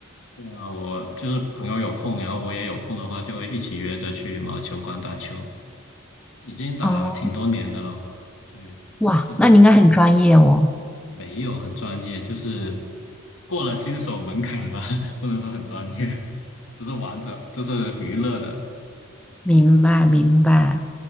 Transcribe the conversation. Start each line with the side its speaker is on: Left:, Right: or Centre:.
Left: 对啊，我就是朋友有空，然后我也有空的话，就会一起约着去毛球馆打球。已经打了挺多年的了我，
Centre: 哦，
Left: 对，
Centre: 哇，
Left: 但是
Centre: 那你应该很专业哦。
Left: 没有很专业，就是过了新手门槛吧，<laughs> 不能说很专业，<laughs> 就是玩着，就是娱乐的。
Centre: 明白，明白。